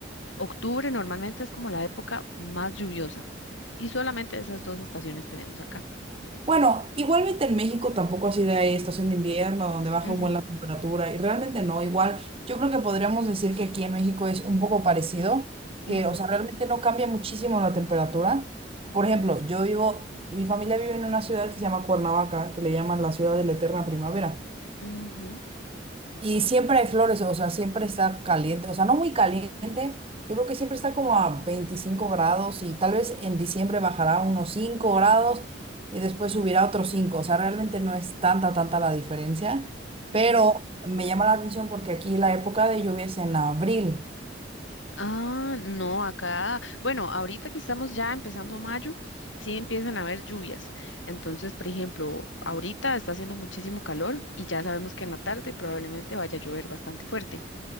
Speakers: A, on the left; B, on the right.
A: Octubre normalmente es como la época más lluviosa y solamente esas dos estaciones tenemos acá.
B: Bueno, igualmente en México tampoco así de ahí estación de invierno donde baja
A: Ujú,
B: un buen la temperatura y realmente no, igual yo creo que podríamos decir que aquí en México es un poco parecido,
A: ujú,
B: que o sea, realmente no cambia muchísimo la temperatura. Por ejemplo, yo vivo, mi familia vive en una ciudad que se llama Cuernavaca, que le llaman la ciudad de la eterna primavera.
A: ujú,
B: Y siempre hay flores, o sea, siempre está caliente, o sea, no muy caliente, yo creo que siempre está como a 25 grados y tal vez en diciembre bajará unos 5 grados y después subirá otros 5 o sea, realmente no es tanta, tanta la diferencia,
A: ujú.
B: pero me llama la atención porque aquí la época de lluvia es en abril.
A: Ah, no, acá, bueno, ahorita que estamos ya empezando mayo, sí empiezan a haber lluvias. Entonces, por ejemplo, ahorita está haciendo muchísimo calor y ya sabemos que en la tarde probablemente vaya a llover bastante fuerte.